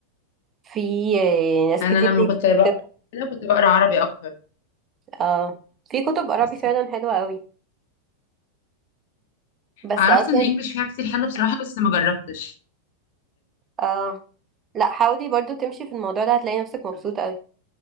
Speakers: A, on the right; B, on the left.
A: في آه، ناس
B: انا
A: كتير
B: لما
A: بتكتب
B: كنت بقرا كده كنت بقرا عربي اكتر
A: اه في كتب عربي
B: بس
A: فعلا حلوة قوي بس
B: عرفت
A: اصلا
B: ان انجلش فيها كتير حلو بصراحه بس ما جربتش
A: اه لا حاولي برضو تمشي في الموضوع ده هتلاقي نفسك مبسوطة قوي